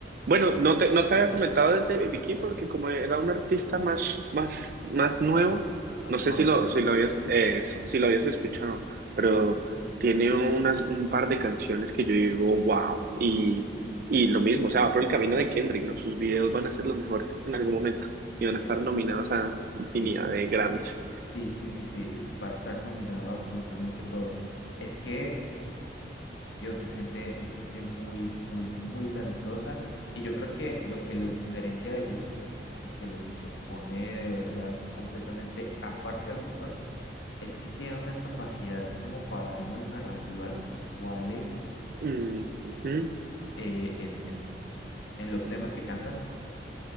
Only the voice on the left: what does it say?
más
under.
Yo
creo,
sí,
sí, sí, sí, sí, va a estar nominado absolutamente todo. Es que Dios, es gente, es gente muy, muy, muy talentosa. Y yo creo que lo que los diferencia a ellos, los que los, los pone de verdad completamente aparte del montón, es que tienen una capacidad como para dar unas narrativas visuales
eh, en, en- en los temas que cantan.